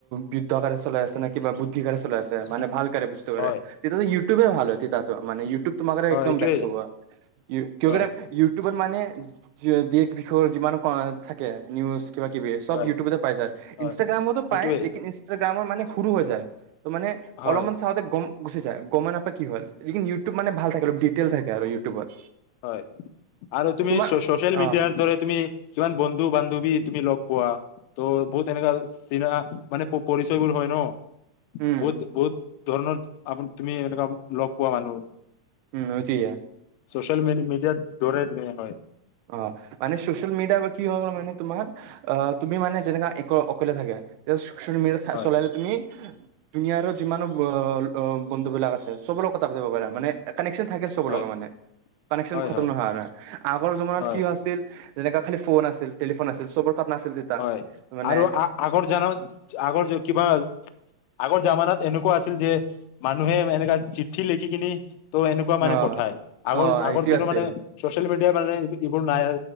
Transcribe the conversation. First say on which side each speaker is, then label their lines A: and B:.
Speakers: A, on the right; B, on the left.
A: বৃদ্ধকাৰে চলাই আছে না কিবা বুদ্ধিকাৰে চলাই আছে মানে ভাল <unintelligible> তেতিয়াহ'লে
B: হয়
A: ইউটিউবে ভাল হয় তেতিয়াটো মানে ইউটিউব তোমাৰ কাৰণে
B: হয় এইটোৱে
A: বেষ্ট হ'ব। কিয়
B: হয়
A: কৰে ইউটিউবত মানে দেশ বিষয়ৰ যিমান থাকে নিউজ। কিবা কিবি চব
B: হয়
A: ইউটিউবতে পায় যায়।
B: হয়
A: ইনষ্টাগ্ৰামতো পায়
B: এইটোৱে
A: লেকিন ইনষ্টাগ্ৰাম মাৰ মানে সৰু হৈ যায়। ত' মানে
B: হয়
A: অলপমান চাওঁতে গম গুচি যায়, গমে নাপায় কি হ'ল। লেকিন ইউটিউব মানে ভাল থাকে, অলপ দিটেইল আৰু ইউটিউবত।
B: হয় আৰু তুমি
A: তোমাৰ
B: ছচিয়েল মিডিয়াৰ
A: অ
B: দৰে তুমি কিমান বন্ধু বান্ধৱী তুমি লগ পোৱা। ত' বহুত এনেকা চিনা মানে পৰিচয়বোৰ হয় ন'।
A: উম।
B: বহুত ধৰণৰ <unintelligible> লগ পোৱা মানুহ
A: উম' নৈতিআ
B: ছ'চিয়েল মিডিয়াত দোৰে দোৰে হয়।
A: অ' মানে ছ'চিয়েল মিডিয়া বা কি হ'ব মানে তোমাৰ আহ তুমি মানে যেনেকা এক অকলে থাকে ত ছ'চিয়েল মিডিয়া
B: হয়
A: চলাই তুমি দুুনিয়াৰ যিমানো অ', অ' বন্ধু বিলাক আছে চবৰ লগত কথা পাতিব পাৰা মানে কানেকশ্যন থাকে চব
B: হয়
A: লগাত মানে কানেকশ্যন
B: হয়
A: খতম
B: হয়
A: নহয় আৰু আগৰ জমনাত
B: হয়
A: কি হৈছিল যেনেকা খালি ফোন আছিল টেলিফোন আছিল চবৰে তাত নাছিল। তেতিয়া
B: হয়
A: মানে
B: আৰু আ, আগৰ জনমত আগৰ য কিবা আগৰ জামানাত এনেকুৱা আছিল যে মানুহে এনেকা চিঠি লিখি কেনি ত' এনেকুৱা মানে
A: অ
B: পঠায় আগৰ
A: অ
B: আগৰ
A: এইটো
B: দিনৰ
A: আছিল
B: মানে ছ'চিয়েল মিডিয়া মানে এইবোৰ নাই